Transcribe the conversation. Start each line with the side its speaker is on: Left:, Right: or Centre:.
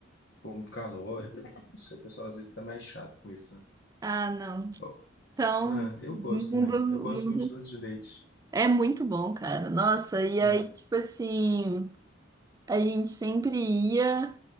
Left: ficou muito calórico. Não sei, o pessoal às vezes tá mais chato com isso, né?
Right: Ah, não.
Left: Eu,
Right: Então,
Left: ah, eu gosto
Right: mundo,
Left: também, eu gosto
Right: mundo
Left: muito de doce de leite.
Right: é muito bom, cara. Nossa, e aí,
Left: É,
Right: tipo assim, a gente sempre ia